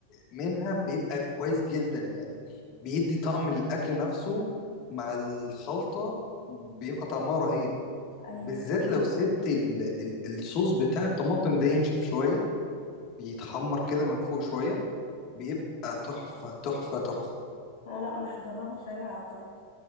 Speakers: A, on the left; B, on the left.
A: منها بيبقى كويس جدا يعني بيدي طعم الاكل نفسه مع الخلطه بيبقى طعمها رهيب
B: ايوه
A: بالذات لو سبت ال ال الصوص بتاع الطماطم ده ينشف شويه بيتحمر كده من فوق شويه بيبقى تحفه تحفه تحفه
B: لا لا، ما انا هجربها فعلا على طريقتك